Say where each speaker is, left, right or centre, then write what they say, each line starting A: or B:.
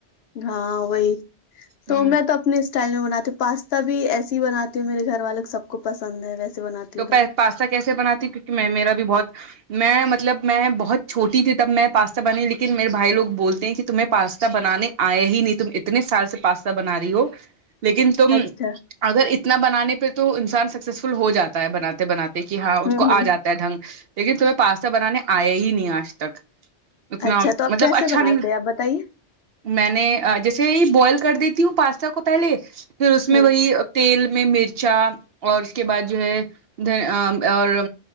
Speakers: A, on the left (about 65°); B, on the right (about 60°).
A: ہاں وہی تو
B: ہوں
A: میں تو اپنے سے اسٹائل میں بناتی ہوں پاستا بھی ایس بناتی ہوں میرے گھر والے سب کو پسند ہے ویسے بناتی
B: دوپہر
A: ہوں تو
B: پاستا کیسے بناتی کیونکہ میں میرا بھی بہت میں مطلب میں بہت چھوٹی تھی تب میں پاستا بنی لیکن میرے بھائی لوگ بول ہیں کہ تمہیں پاستا بنانے آیا ہی نہیں تم اتنے سال سے پاستا بنا رہی ہو لیکن تم
A: اچھا
B: اگر اتنا بنانے پہ تو انسان سکسیسفل ہو جاتا ہے بناتے بناتے دیکھیے ہاں ااس
A: ہوں
B: کو
A: ہوں
B: آ جاتا ہے ڈھنگ لیکن تمہیں پاستا بنانے آیا ہی نہیں آج تک اتنا
A: اچھا تو آپ
B: مطلب
A: کیسے
B: اچھا
A: بناتے
B: نہیں
A: ہیں آپ بتائیے
B: میں نے جیسے ہی بوائل کر دیتی ہوں پاستا کو پہلے پھر اس میں
A: ہوں
B: وہی تیل میں مرچا اور اس کے بعد جو ہے ا اور